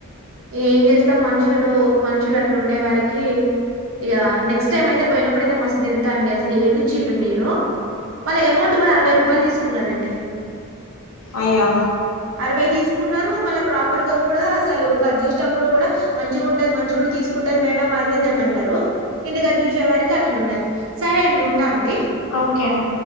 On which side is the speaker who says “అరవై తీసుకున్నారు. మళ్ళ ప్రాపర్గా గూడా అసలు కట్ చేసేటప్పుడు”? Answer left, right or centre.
Right